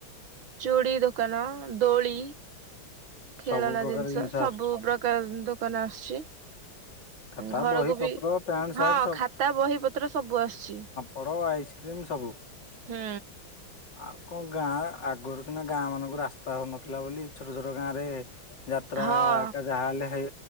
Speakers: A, on the right (about 75°); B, on the left (about 55°).
A: ଚୁଡ଼ି ଦୋକାନ, ଦୋଳି ଖେଳନା
B: ସବୁ ପ୍ରକାର
A: ଜିନିଷ, ସବୁ
B: ଆସୁଛି
A: ପ୍ରକାର ଦୋକାନ ଆସୁଛି।
B: ଖାତା
A: ଘରକୁ
B: ବହି ପତ୍ର
A: ବି
B: ପ୍ୟାଣ୍ଟ ସାର୍ଟ
A: ହଁ ଖାତା ବହି ପତ୍ର ସବୁ ଆସୁଛି।
B: ବଡ଼ ଆଇସକ୍ରିମ୍ ସବୁ।
A: ହୁଁ
B: ଆଉ କଣ ଗାଁ ଆଗରୁ ସିନା ଗାଁ ମାନଙ୍କୁ ରାସ୍ତା ହେଉନଥିଲା ବୋଲି ଛୋଟ ଛୋଟ ଗାଁ ରେ ଯାତ୍ରା
A: ହଁ।
B: ଯାହା ହେଲେ ହେଇ